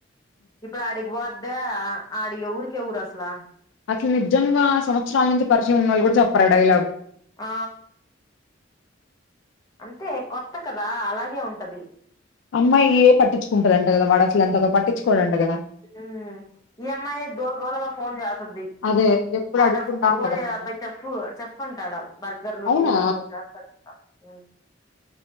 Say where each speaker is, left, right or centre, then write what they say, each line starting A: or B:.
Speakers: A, on the left (about 20°); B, on the left (about 70°).
A: ఇప్పుడు ఆడిక్ బోద్దా ఆడిగ్ ఎవురికి ఎవురు అసలా
B: అసల్ నిజంగా సంవత్సరాల నుంచి పరిచయం ఉన్నళ్ గూడ చెప్పరు ఆ డైలాగ్
A: ఆ అంతే కొత్త కదా అలాగే ఉంటది
B: అమ్మాయే పట్టించుకుంటదంట గద వాడు అసలు అంతగ పట్టిచ్చుకోడంట గదా
A: ఊ ఈ అమ్మాయే ధూల్ ధూలగ ఫోన్ జేసుద్ది
B: అదే ఎప్పుడు
A: ఆడ
B: అడుక్కుంటా
A: ఫోన్
B: ఉంటదంట
A: గూడ ఏ
B: కదా
A: పె చెఫ్ చెఫ్ అంటాడు ఆడు బర్గర్లు
B: అవునా
A: పిజ్జూలు <unintelligible> ఉ